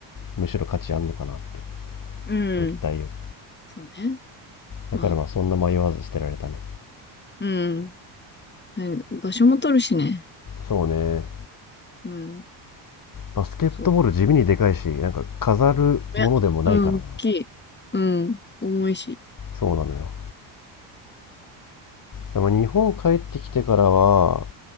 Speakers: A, on the left; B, on the left.
A: むしろ価値あんのかなって。
B: うん。
A: 物体より。
B: うん。そうね。まあ、
A: だからまあそんな迷わず捨てられたね。
B: うん。はい場所も取るしね。
A: そうね。
B: うん。
A: バスケットボール地味にでかいし、
B: そうか。
A: なんか飾るものでもないからな。
B: いや、うん、大きい。うん。重いし。
A: そうなのよ。でも日本帰ってきてからは、